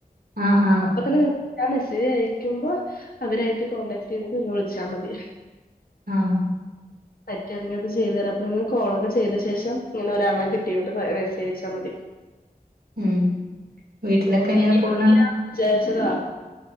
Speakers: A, on the right (about 75°); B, on the left (about 70°).
A: ആ ആ
B: അപ്പൊ തന്നെ നി ഞാ മെസ്സേജ് അയക്കുമ്പോ അവരായിട്ട് കോണ്ടാക്ട് ചെയ്തിട്ട് വിളിച്ചാൽ മതി.
A: ആഹ
B: പറ്റനാഗത് ചെയ്തു തരാം അപ്പൊ നിങ്ങ കോള ഒക്കെ ചെയ്ത ശേഷം ഇങ്ങനെ ഒരാളെ കിട്ടിട്ട് മെസ്സേ്ച്ചാൽ മതി.
A: ഉം വീട്ടിലൊക്കെ
B: ഞാൻ <unintelligible>
A: എങ്ങനെ പോണ്
B: ചാരിച്ചതാ